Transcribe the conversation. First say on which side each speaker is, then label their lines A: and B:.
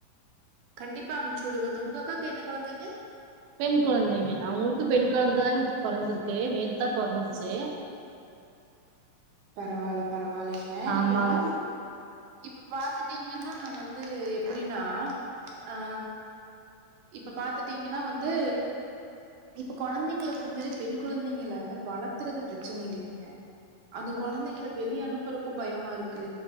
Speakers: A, on the right; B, on the right.
A: கண்டிப்பா அமுச்சு விடுவாங்க உங்க அக்காவுக்கு என்ன குழந்தைங்க
B: பெண் குழந்தைங்க அவங்களுக்கு பெண் குழந்தை தாங்க பொறந்திருக்கு நேத்தா பொறந்துச்சு
A: பரவாயில்ல பரவாயில்லைங்க
B: ஆமாங்க
A: இப்ப பாத்து இப்ப பாத்துட்டீங்கன்னா வந்து எப்டின்னா அ இப்ப பாத்துட்டீங்கன்னா வந்து இப்ப குழந்தைங்களுக்கு வந்து பெண் குழந்தைங்க வளர்த்துறது பிரச்சனை இல்லைங்க அந்த குழந்தைங்கல வெளியே அனுப்புறக்கும் பயமா இருக்கு